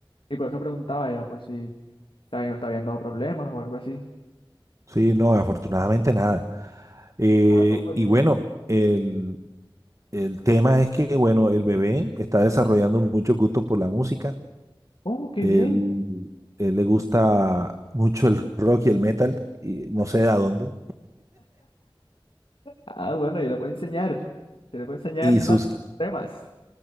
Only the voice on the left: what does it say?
Y por eso preguntaba ya por si te habían, te habían dado problemas o algo así.
Ah, no, pues
bien.
Oh, qué
bien.
Ah, bueno, yo le puedo enseñar. Yo le puedo enseñar
más
temas.